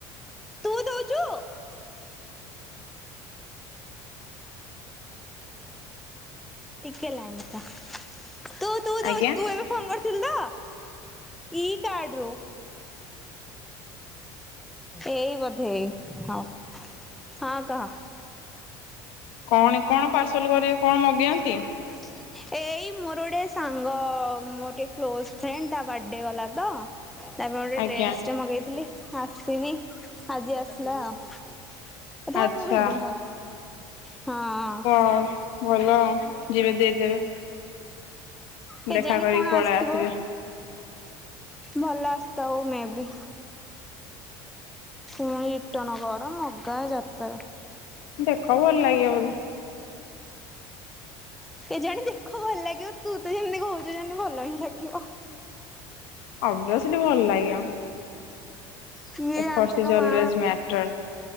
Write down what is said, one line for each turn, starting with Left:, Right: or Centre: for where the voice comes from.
Centre: ତୁ ଦଉଛୁ। ଟିକେ ଲାଇନ ରେ ଥା ତୁ। ଦଉ
Left: ଆଜ୍ଞା!
Centre: ତୁ ଏବେ ଫୋନ କରିଥିଲୁ ତ ଇ କାର୍ଡରୁ ଏଇ ବୋଧେ ଏଇ। ହଁ ହଁ, କହ।
Left: କଣ କଣ ପାର୍ସଲ କରିବେ। କଣ ମଗେଇବା
Centre: <unintelligible> ଏଇ ମୋର ଗୋଟେ ସାଙ୍ଗ, ମୋର ଗୋଟେ କ୍ଲୋଜ ଫ୍ରେଣ୍ଡ ତା ବାର୍ଥଡେ ଗଲା ତ। ତା ପାଇଁ ଗୋଟେ
Left: ଆଜ୍ଞା।
Centre: ଡ୍ରେସ ଟା ମଗେଇଥିଲି ଆସନି। ଆଜି ଆସିଲା ଆଉ, ଥାଉ
Left: ଆଚ୍ଛା
Centre: ମୁଁ ଭିଡ଼ି ଦେବି। ଥାଉ ହଁ
Left: ହଁ। ଭଲ ଆଉ ଯିବେ। ଦେଇଦେବେ
Centre: କେଜାଣି
Left: ଦେଖା କରିକି
Centre: କଣ
Left: ପଳେଇ
Centre: ଆସିଥିବ?
Left: ଆସିବେ
Centre: ଭଲ ଆସିଥାଉ, ମେ ବି। ପୁଣି ରିଟର୍ନ କର ମଗା ଯାତରା।
Left: ଦେଖ ଭଲ ଲାଗିବ ବୋଧେ
Centre: କେଜାଣି ଦେଖ ଭଲ ଲାଗିବ। ତୁ ତ ଯେମିତି କହୁଛୁ ଯେମତି ଭଲ ହିଁ ଲାଗିବ।
Left: ଓଭଏୟୋସ୍ଲି, ଭଲ ଲାଗିବ।
Centre: କିଏ
Left: ଏଫର୍ଟସ
Centre: ଜାଣିଚି
Left: ଇଜ
Centre: ଲୋ ମା।
Left: Always matter.